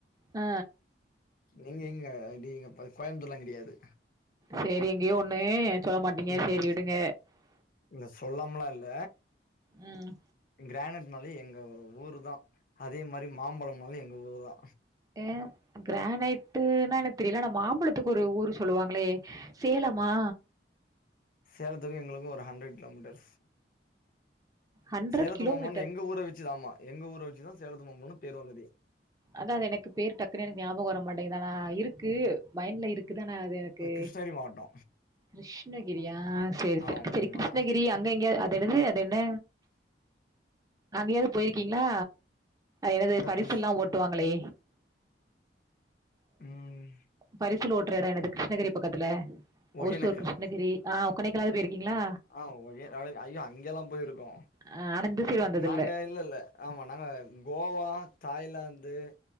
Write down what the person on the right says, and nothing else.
ஆ
சேரி எங்கயோ ஒண்ணு சொல்ல மாட்டீங்க
சேரி விடுங்க
ம்
ஏ கிரானைட்டுன்னா எனக்கு தெரியல ஆனா மாம்பழத்துக்கு ஒரு ஊரு சொல்லுவாங்களே சேலமா
ஹண்ட்ரட்
கிலோமீட்டர்
அதா அது எனக்கு பேர் டக்குன்னு எனக்கு ஞாபக வர மாட்டேங்குது ஆனா இருக்கு மைண்ட்ல இருக்குது ஆனா அது எனக்கு
கிருஷ்ணகிரியா சேரி சேரி
சரி கிருஷ்ணகிரி அங்க எங்கயா என்னது அது என்ன அங்கயாது போயிருக்கீங்ளா என்னது
பரிசெல்லா
ஓட்டுவாங்களே
பரிசில் ஓட்ற எட
என்னது கிருஷ்ணகிரி பக்கத்துல
ஓசூர் கிருஷ்ணகிரி ரி ஆ கொடைக்கானல் போயிருக்கீங்ளா
ஆ ஆனா இந்த சைடு வந்தது
இல்ல